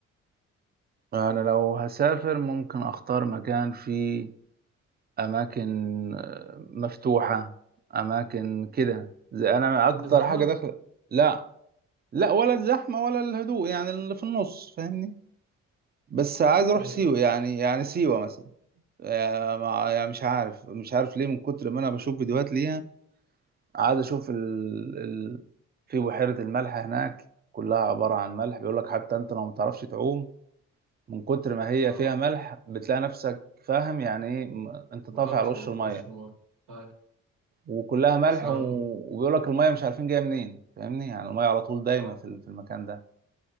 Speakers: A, on the right; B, on the right.
A: انا لو هسافر ممكن اختار مكان فيه اماكن آه، مفتوحة اماكن كده زي انا
B: تحب
A: اكتر
B: الزحمة؟
A: حاجة داخل لا لا ولا الزحمة ولا الهدوء يعني اللي في النص فاهمني بس عايز اروح
B: ايوه
A: سيوة يعني يعني سيوة مثلا يعني مع- يعني مش عارف مش عارف ليه من كتر ما انا بشوف فيديوهات ليها قاعد اشوف ال... ال... في بحيرة الملح هناك كلها عبارة عن ملح بيقول لك حتى انت لو ما تعرفش تعوم من كتر ما هي
B: اه
A: فيها ملح بتلاقي نفسك فاهم يعني ايه م- انت طافي
B: بطاط
A: على وش
B: فوق
A: المية
B: فوق وش النار ايوه
A: وكلها ملح
B: بس أنا-
A: و... وبيقول لك المية مش عارفين جاية منين فاهمني يعني المية على طول دايما
B: اه
A: في ال- في المكان ده